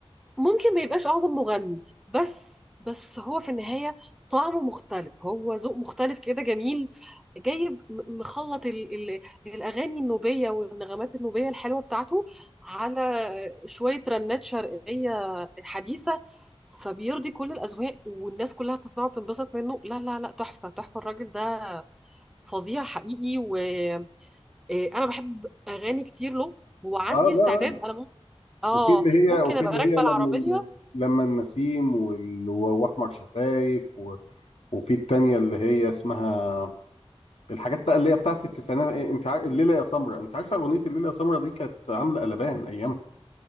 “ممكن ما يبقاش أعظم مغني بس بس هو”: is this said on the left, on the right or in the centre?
Centre